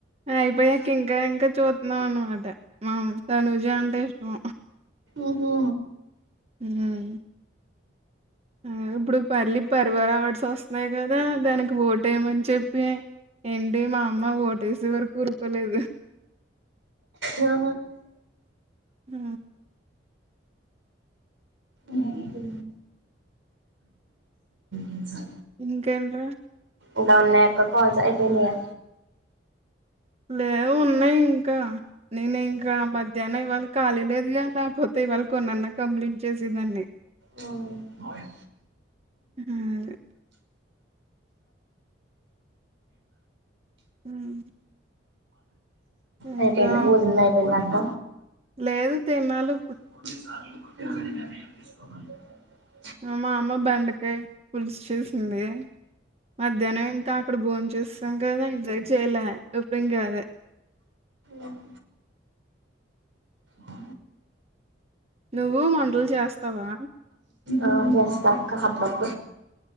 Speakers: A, on the right (about 30°); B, on the right (about 75°).
A: ఆయిపోయా ఇంకా ఇంకా చూతున్నాం అనమాట మం తనుజా అంటే ఇష్టం
B: ఉహు
A: ఉమ్ ఆ ఇప్పుడు పల్లి పరవ రావాల్సి వస్తున్నాయి కదా దానికి ఓటేయ్యమని చెప్పి ఏంటి మా అమ్మ ఓటేసే వరకు ఉరుకోలేదు
B: ఆ
A: ఆ,
B: ఏది ఇంకా
A: ఇంకేంట్రా
B: ఒక నాకా కాల్ ఇపోయినాయా
A: లేవు ఉన్నాయి ఇంకా నేను ఇంకా మధ్యాహ్న ఇవాళ కాలీ లేదు గా లేకపోతే ఇవాళ కొన్నాన్నా కంప్లీట్ చేసేదాంన్ని
B: అవును
A: ఉమ్ అది ఉమ్
B: అయిపోయిదా
A: ఇంకా
B: భోజనం అయిపోయిందా అక్క
A: లేదు తినాలు
B: ఉమ్
A: మా అమ్మ బండకాయ పులుసుచేసింది మధ్యాహ్నం ఇంకా అక్కడ భోంచసి ఇంకా ధాంక్ చేయలే ఎప్పుడు ఏం కాదు
B: ఉమ్ అ
A: నువ్వు మంటలు చేస్తావా
B: ఆ చేస్తా అక్క హబ్బబ్బ